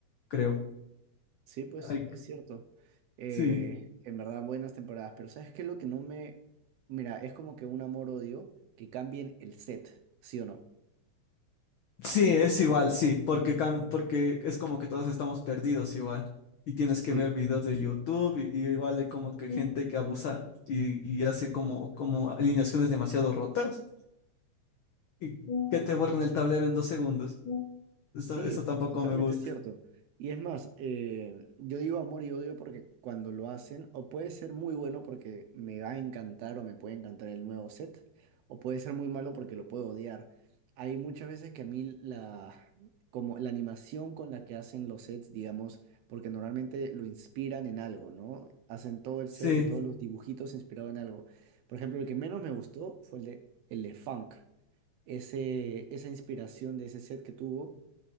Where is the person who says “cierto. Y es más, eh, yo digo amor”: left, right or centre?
Right